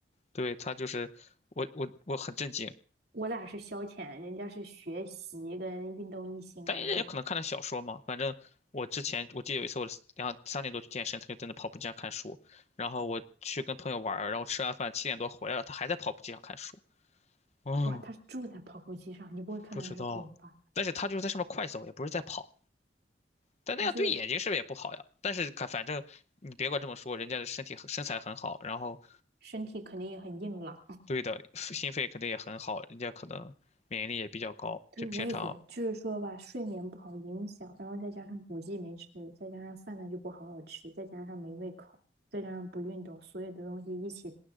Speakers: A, on the left (about 35°); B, on the right (about 60°).
A: 对，他就是我我我很震惊，
B: 我俩是消遣，人家是学习跟运动一心二用。
A: 但人家也可能看的小说嘛。反正我之前我记得有一次我两三点多去健身，他就真的跑步机上看书。然后我去跟朋友玩儿，然后吃完饭七点多回来了，他还在跑步机上看书。嗯，
B: 哇，他住在跑步机上，你不会看到他是滚吧？
A: 不知道，但是他就是在上面快走，也不是在跑。但那样对眼睛是不是也不好呀？
B: 我是
A: 但是看反正你别管这么说，人家的身体很身材很好，然后
B: 身体肯定也很硬朗。
A: 对的心肺肯定也很好，人家可能免疫力也比较高，
B: 对，
A: 就平常
B: 我也觉得，就是说吧，睡眠不好影响，然后再加上补剂没吃，再加上饭呢就不好好吃，再加上没胃口，再加上不运动，所有的东西一起